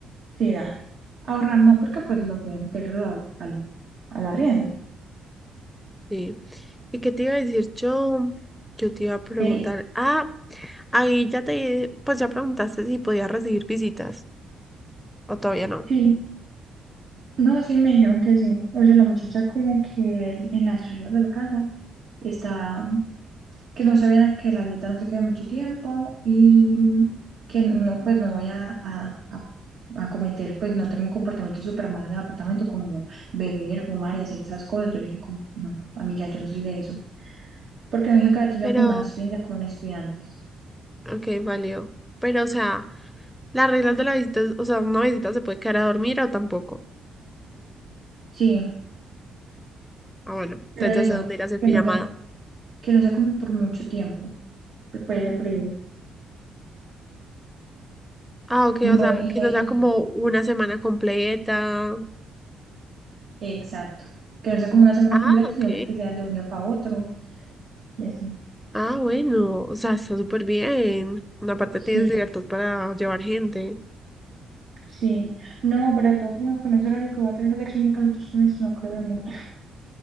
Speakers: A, on the right (about 60°); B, in the centre.
A: sí da. Ahorrar no, porque pues lo voy a meter al, al, al arriendo.
B: Sí. ¿Y qué te iba a decir yo? Yo te iba a preguntar.
A: Ve,
B: Ah, Ahí ya te, pues ya preguntaste si podías recibir visitas o todavía no.
A: sí. No, sí, me dijeron que sí. O sea, la muchacha como que en las reglas de la casa está que no se viera que la visita no se quede mucho tiempo y que no, pues no voy a, a- a- a cometer, pues no tengo un comportamiento súper malo en el apartamento como beber, fumar y hacer esas cosas. Yo le dije como, no, amiga, yo no soy de eso. Porque me dijo que había tenido
B: Pero,
A: como mala experiencia con estudiantes.
B: ok, valió. Pero, o sea, las reglas de la visita, es- o sea, una visita se puede quedar a dormir o tampoco.
A: Sí,
B: Ah, bueno, entonces
A: pero eso,
B: ya sé dónde ir a hacer
A: que
B: pijamada.
A: no sea, que no sea como por mucho tiempo, que puede ser breve.
B: Ah, ok,
A: No,
B: o sea,
A: y
B: que
A: ahí,
B: nos da como una semana completa.
A: exacto, que no sea como una semana
B: Ah,
A: completa,
B: ok.
A: sino que que sea de un día para otro y así.
B: Ah, bueno, o sea, está súper bien. Aparte tienes
A: Sí.
B: libertad para llevar gente.
A: Sí, no, pero de todas formas, con ese horario que voy a tener de clínica el otro semestre, no creo de mucho.